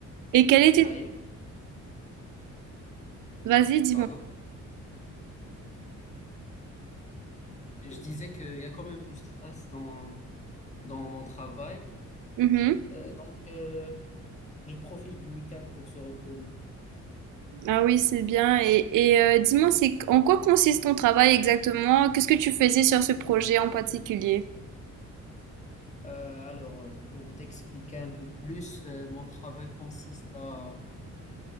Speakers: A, on the right; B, on the left.
A: Et quelle était...
B: il y a, il y a-
A: Vas-y, dis-moi.
B: pardon, je disais qu'il y a quand même du stress dans, dans mon travail.
A: Mhm.
B: Euh, donc, euh, je profite du week-end pour se reposer.
A: Ah oui, c'est bien. Et, et, euh, dis-moi, c'est en quoi consiste ton travail exactement? Qu'est-ce que tu faisais sur ce projet en particulier?
B: Euh, alors, euh, pour t'expliquer un peu plus, euh, mon travail consiste à,